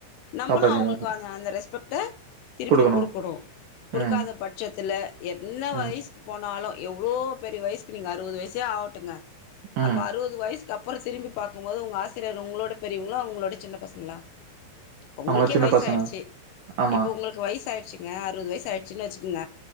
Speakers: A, on the left; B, on the right.
A: நம்பளு
B: காப்பாத்திருவாங்க.
A: அவங்களுக்கு அந்த அந்த ரெஸ்பெக்ட திருப்பி
B: குடுக்கணும்.
A: குடுக்கனோ குடுக்காத
B: ம்.
A: பட்சத்துல என்ன
B: ம்.
A: வயிசுக்கு போனாலு எவ்ளோ பெரிய வயிசுக்கு நீங்க அறுவது வயிசே ஆவட்டுங்க
B: ம்.
A: அப்ப அறுவது வயிசுக் க்குக்கப்புறோ திரும்பி பாக்கும்போது உங்க ஆசிரியர் உங்களோட பெரியவங்களா உங்களோட சின்ன பசங்களா இப்ப உங்களுக்கே
B: அவங்களாம் சின்ன
A: வயசு
B: பசங்க.
A: ஆயிடுச்சு
B: ஆமா.
A: இப்ப உங்களுக்கு வயசு ஆயிடுச்சுங்க அறுவது வயசு ஆயிடுச்சுன்னு வச்சு ன்ன